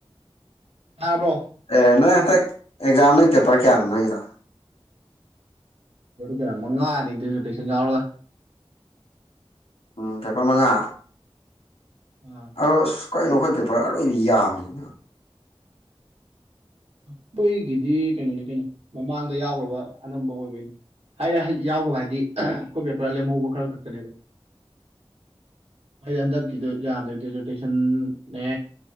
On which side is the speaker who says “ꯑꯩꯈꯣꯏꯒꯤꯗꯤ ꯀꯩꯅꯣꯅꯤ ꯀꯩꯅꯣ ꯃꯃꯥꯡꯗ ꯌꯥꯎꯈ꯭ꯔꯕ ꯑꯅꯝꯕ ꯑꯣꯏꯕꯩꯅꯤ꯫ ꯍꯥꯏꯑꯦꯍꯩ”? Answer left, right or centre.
Right